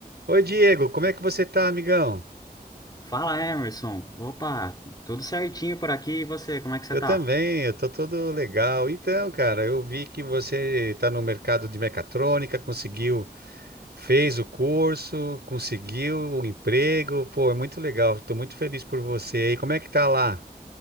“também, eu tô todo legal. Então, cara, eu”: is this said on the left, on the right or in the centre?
Right